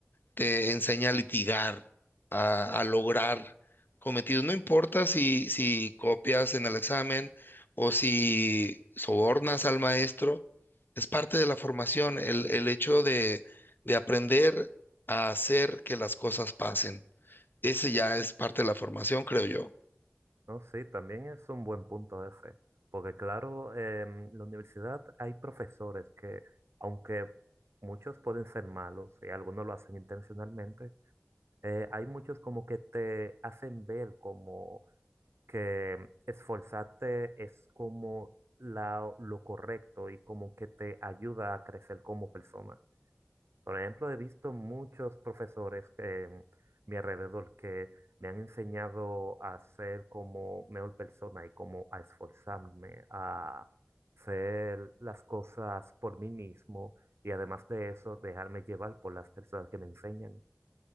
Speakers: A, on the left; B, on the right.
A: te enseña a litigar, a, a lograr cometidos. No importa si, si copias en el examen o si sobornas al maestro, es parte de la formación, el, el hecho de, de aprender a hacer que las cosas pasen. Ese ya es parte de la formación, creo yo.
B: No, sí, también es un buen punto ese, porque claro, en la universidad hay profesores que, aunque muchos pueden ser malos y algunos lo hacen intencionalmente, eh, hay muchos como que te hacen ver como que esforzarte es como la- lo correcto y como que te ayuda a crecer como persona. Por ejemplo, he visto muchos profesores en mi alrededor que me han enseñado a ser como mejor persona y como a esforzarme, a hacer las cosas por mí mismo y además de eso, dejarme llevar por las personas que me enseñan.